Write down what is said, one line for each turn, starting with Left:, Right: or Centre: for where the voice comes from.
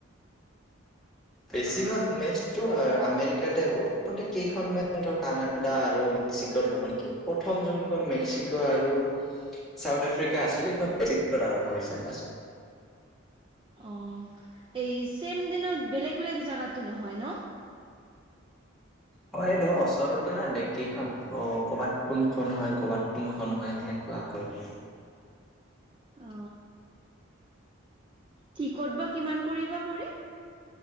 Centre: বেছিভাগ মেচটো আমেৰিকাতে হ'ব কেইখন মেচট কানাডা আৰু মেক্সিকোত হ'ব নেকি প্ৰথম যোনখন মেক্সিকো আৰু চাউথ আফ্ৰিকা আছিল সেইখন মেক্সিকোত আৰম্ভ হৈছে
Right: অ এই ছেম দিনত বেলেগ বেলেগ জেগাততো নহয় ন
Centre: হয় এই ধৰ ওচৰতে না দেশকেইখন অ কবাত কোনখন হয় কৰবাত কোনখনন হয় সেনেকুৱা কৈ
Right: অ টিকট বা কিমান কৰিবা পৰি